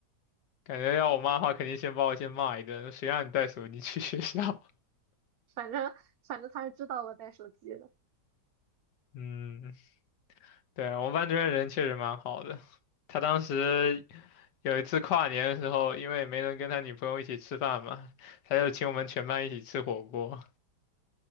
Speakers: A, on the left; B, on the right.
A: 感觉要我妈的话，肯定先把我先骂一顿，谁让你带手机去学校？
B: 反正反正他是知道我带手机的。
A: 嗯，对，我们班主任人确实蛮好的。他当时有一次跨年的时候，因为没能跟他女朋友一起吃饭嘛，他就请我们全班一起吃火锅。